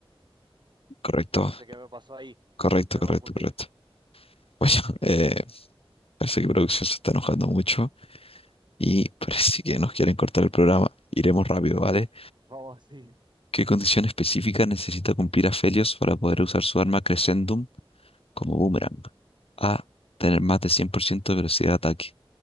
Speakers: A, on the left; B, on the right.
A: ¿Correcto?
B: No sé qué me pasó ahí.
A: Correcto,
B: No Me
A: correcto,
B: confundí.
A: correcto. <laughs> Bueno, eh, parece que producción se está enojando mucho y <laughs> parece que nos quieren cortar el programa. Iremos rápido, ¿vale?
B: Vamos así.
A: ¿Qué condición específica necesita cumplir Aphelios para poder usar su arma Crescendum como boomerang? A. Tener más de 100% de velocidad de ataque.